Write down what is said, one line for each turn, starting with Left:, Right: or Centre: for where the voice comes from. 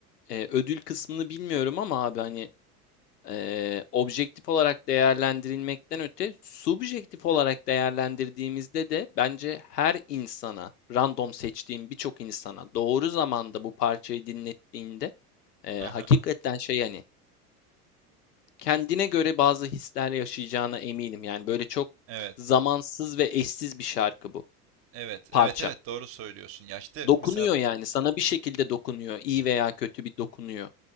Left: e, ödül kısmını bilmiyorum ama abi hani e, objektif olarak değerlendirilmekten öte subjektif olarak değerlendirdiğimizde de bence her insana random seçtiğim birçok insana doğru zamanda bu parçayı dinlettiğinde e,
Right: Aha.
Left: hakikaten şey hani kendine göre bazı hisler yaşayacağına eminim. Yani böyle çok
Right: Evet.
Left: zamansız ve eşsiz bir şarkı bu.
Right: Evet,
Left: Parça.
Right: evet, evet doğru söylüyorsun. Ya işte
Left: Dokunuyor
Right: mesela
Left: yani. Sana bir şekilde dokunuyor. İyi veya kötü bir dokunuyor.